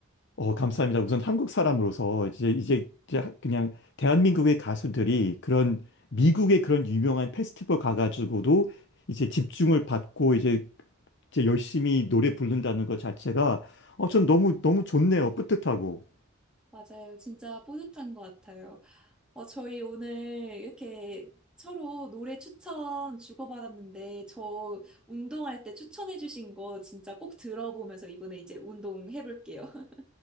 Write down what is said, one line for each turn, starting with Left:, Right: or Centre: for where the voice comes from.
Left: 어, 감사합니다. 우선 한국 사람으로서 이제, 이제, 이제 하- 그냥 대한민국의 가수들이 그런 미국의 그런 유명한 페스티벌 가가지고도 이제 집중을 받고 이제, 이제 열심히 노래 부른다는 것 자체가 어, 전 너무, 너무 좋네요. 뿌듯하고.
Centre: 맞아요. 진짜 뿌듯한 것 같아요. 어, 저희 오늘 이렇게 서로 노래 추천 주고받았는데, 저 운동할 때 추천해주신 거 진짜 꼭 들어보면서 이번에 이제 운동해볼게요. <laughs>